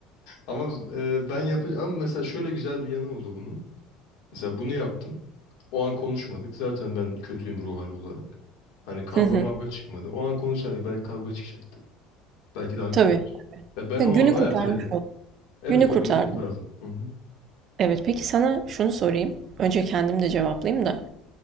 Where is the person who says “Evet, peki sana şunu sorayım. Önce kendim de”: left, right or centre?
Right